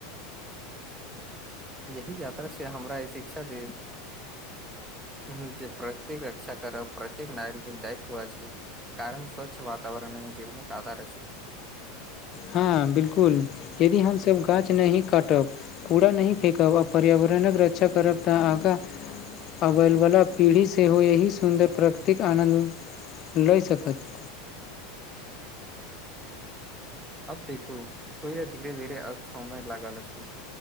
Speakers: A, on the right; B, on the left.
A: यही यात्रा छै हमरा शिक्षा दे ह जे प्राकृतिक रक्षा करब प्रत्येक नागरिक दायुत्व अछि कारण स्वच्छ वातावरणमे जीवन आधार अछि
B: हँ बिलकुल यदि हमसभ गाछ नहि काटब कूड़ा नहि फेकब आ पर्यावरणक रक्षा करब तऽ आगा अबैवला पीढ़ी सेहो एहि सुन्दर प्रकृतिक आनन्द लए सकत
A: अब देखू सुइर धीरे धीरे समय लागल अछि